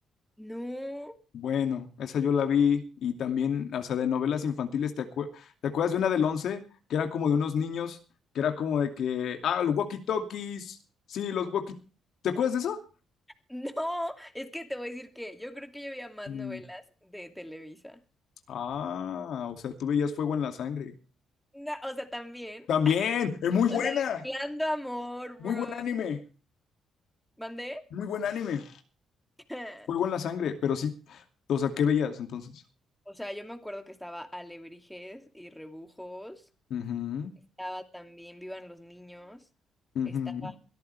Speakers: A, in the centre; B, on the left (about 70°).
A: No,
B: Bueno, esa yo la vi y también, o sea, de novelas infantiles, ¿te acue- te acuerdas de una del 11 que era como de unos niños, que era como de que, ah, los walkie-talkies, sí, los walkie, ¿te acuerdas de eso?
A: <laughs> no, es que te voy a decir que yo creo que yo veía más
B: Mm,
A: novelas de Televisa.
B: Ah, o sea, tú veías fuego en la sangre.
A: No, o sea, también,
B: También, es muy buena,
A: o sea, Destilando Amor, bro.
B: muy buen anime,
A: ¿Mandé?
B: muy buen anime,
A: <laughs>
B: fuego en la sangre, pero sí, o sea, ¿qué veías entonces?
A: O sea, yo me acuerdo que estaba Alebrijes y Rebujos,
B: Ujú,
A: estaba también Vivan los Niños,
B: ujú.
A: estaba...